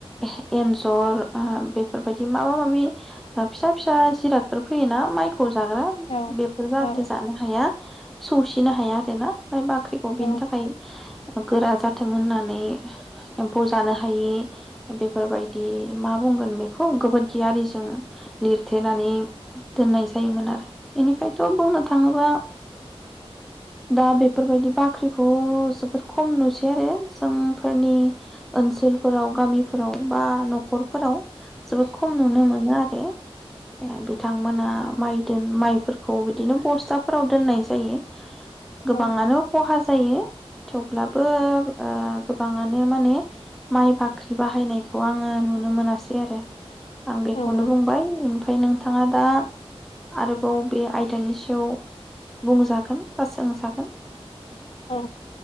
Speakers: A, in the centre; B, on the left (about 70°).
A: ए-एन्जर ओ बेफोरबायदि माबा माबि ओ फिसा फिसा जिराद फोर फैयोना माइ खौ जाग्रा
B: औ
A: बेफोर जाहाथे
B: औ
A: जानो हाया सौसिनो हाया आरो ना माइ बाख्रिखौ
B: औ
A: बेनि थाखाय गोरा जाथों होननानै एम्फौ जानो हायि बेफोरबायदि मा बुंगोन बेखौ गोबोरखियारिजों लिरथेनानै दोननाय जायोमोन आरो बेनिफ्रायथ' बुंनो थाङोबा दा बेफोरबायदि बाख्रिखौ जोबोद खम नुसै आरो जोंफोरनि ओनसोलफोराव गामिफोराव बा न'खरफोराव जोबोद खम नुनो मोनो आरो ओ बिद थांमोना माइ दोन माइफोरखौ बिदिनो बस्थाफोराव दोननाय जायो।
B: औ
A: गोबाङानो खहा जायो।। थेवब्लाबो ओ गोबाङानो माने माइ बाख्रि बाहायनायखौ आङो नुनो मोनासै आरो आं बेखौनो
B: औ
A: बुंबाय फाय नों थाङा दा आरोबाव बे आयदानि सायाव बुंजागोन बा सोंजागोन
B: औ